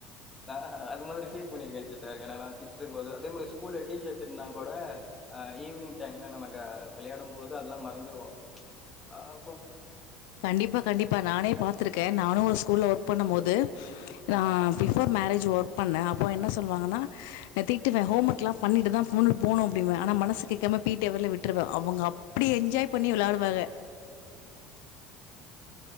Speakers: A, on the left; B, on the left.
A: நா அது மாதிரி ஃபீல் பண்ணிருக்கே சிஸ்டர் எனைல்லா திட்ரு போது அதே மாரி ஸ்கூல்ல டீச்சர் திட்னா கோட அ ஈவினிங் டைம்ல நமக்கு விளையாடம் போது அதெல்லா மறந்துருவோ அ போ
B: கண்டிப்பா கண்டிப்பா நானே பாத்துருக்கே நானு ஒரு ஸ்கூல்ல ஒர்க் பண்ணும்போது
A: அ
B: நா பிஃபோர் மேரேஜ் ஒர்க் பண்ண அப்ப என்ன சொல்வாங்கனா திட்டுவே ஹோம்ஒர்க்லா பண்ணிட்டு தா போனு போனு அப்டிம்ப ஆனா மனசு கேக்காம பி டி அவர்ல விட்ருவ அவுங்க அப்டி என்ஜாய் பண்ணி விளாடுவாக